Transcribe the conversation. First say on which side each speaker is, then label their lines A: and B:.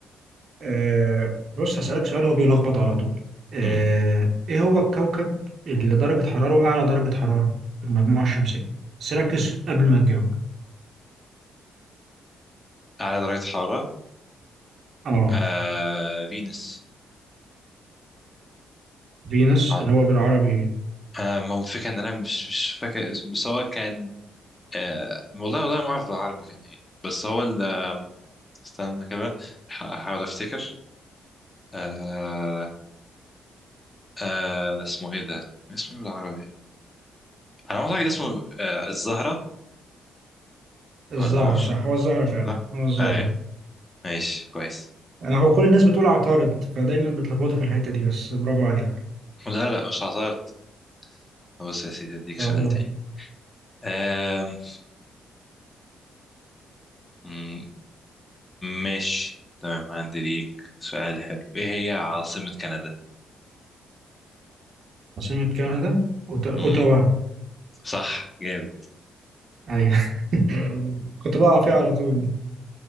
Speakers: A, on the right; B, on the left.
A: أه بص هسألك سؤال هو بيلخبط على طول أه
B: امم
A: إيه هو الكوكب اللي درجة حرارة أعلى درجة حرارة في المجموعة الشمسية بس ركز قبل ما تجاوب
B: اعلى درجه حراره
A: آه
B: آه... فينوس
A: فينوس
B: آه...
A: اللي هو بالعربي إيه؟
B: آه... ما هو الفكره ان انا مش مش فاكر اسمه بس هو كان آه... والله والله ما اعرف بالعربي كان ايه بس هو ال... استنى كده ح- هحاول افتكر آه... آه اسمه ايه ده اسمه ايه بالعربي انا ما اعتقد اسمه آه الزهرة
A: الزهرة
B: ولا معرفش
A: صح هو الزهرة فعلا
B: صح
A: هو الزهرة
B: ايوه ماشي كويس
A: انا هو كل الناس بتقول عطارد فدايما بتلخبطوا في الحته دي بس برافو عليك
B: لا لا مش عثرت بص يا سيدي اديك
A: طب
B: سؤال
A: يلا
B: تاني آم... مم، ماشي تمام عندي ليك سؤال حلو ايه هي عاصمة كندا
A: عاصمة كندا أوتا- اوتاوا
B: مم. صح جامد
A: ايوه <laughs> كنت بقع فيها على طول